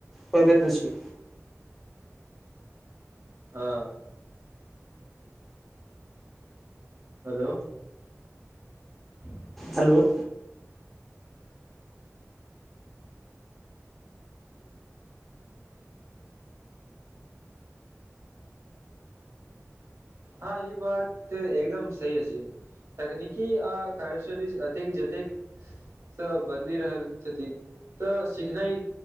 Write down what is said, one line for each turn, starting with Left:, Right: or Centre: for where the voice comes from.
Centre: पबैत अछि।
Right: हँ। हेलो <unintelligible>
Centre: हलो-
Right: हँ, ई बात ते एकदम सही अछि, तकनीकी आ कार्यशैली स-अतेक- जतेक स बदलि रहल छथि तऽ सिखनाइ